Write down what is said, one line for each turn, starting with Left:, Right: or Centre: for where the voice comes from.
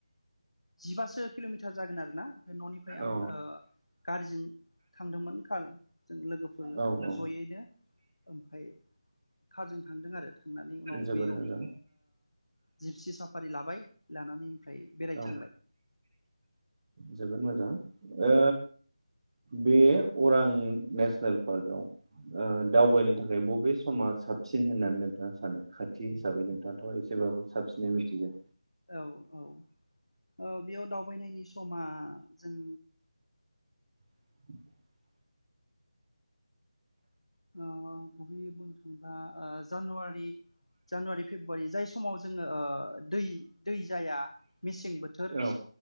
Left: जिबासो किल'मिटार जागोन आरोना ओमफ्राय न'निफ्राय आं
Right: औ
Left: गारिजों थांदोंमोन कार जों लोगोफोर
Right: औ औ
Left: जयैनो ओमफाय खारजों थांदों आरो थांनानै उनाव
Right: जोबोद
Left: बेयाव
Right: मोजां
Left: ओ जिपसि साफारि लाबाय लानानै ओमफ्राय बेरायथिं
Right: औ जोबोद मोजां ओ बे अरां नेसनेल पार्कआव दावबायनो थाखाय बबे समा साबसिन होननानै नोंथाङा सानो खाथि हिसाबै नों? दाथ' एसेबाबो साबसिनै मिथिगौ
Left: औ औ औ बेयाव दउ बायनायनि समा जों
Right: <inaudible>
Left: औ औ‌ गुबैयै बुंनो थांब्ला ओ जानुवारि जानुवारि फेब्रुवारि जाय समाव जोङो दै दै जाया मेसें बोथोर
Right: औ